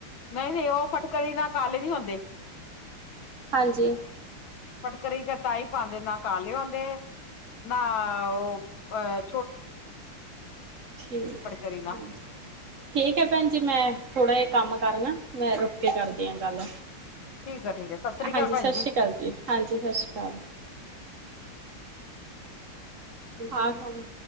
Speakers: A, on the left (about 65°); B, on the right (about 45°).
A: ਨਹੀਂ- ਨਹੀਂ ਉਹ ਫਟਕੜੀ ਨਾਲ, ਕਾਲੇ ਨੀ ਹੋਂਦੇ।
B: ਹਾਂਜੀ
A: ਫਟਕਰੀ ਕ ਤਾਈ ਪਾਉਂਦੇ ਨਾ ਕਾਲੇ ਆਉਂਦੇ ਨਾ। ਉਹ, ਅਹ
B: ਠੀਕ
A: ਫਟਕਰੀ ਨਾਲ
B: ਹਾਂਜੀ ਠੀਕ ਹੈ ਪੈਣ ਜੀ ਮੈਂ ਥੋੜ੍ਹਾ ਜਿਹਾ ਕੰਮ ਕਰਨਾ ਮੈਂ ਰੁਕ ਕੇ ਕਰਦੀ ਆ ਗੱਲ
A: ਠੀਕ ਆ ਠੀਕ ਆ ਸਤਿ ਸ੍ਰੀ ਅਕਾਲ
B: ਹਾਂਜੀ
A: ਭੈਣ
B: ਸਤਿ ਸ੍ਰੀ ਅਕਾਲ ਜੀ ਹਾਂਜੀ ਸਤਿ ਸ੍ਰੀ ਅਕਾਲ। ਹਾਂ ਕੰਮ।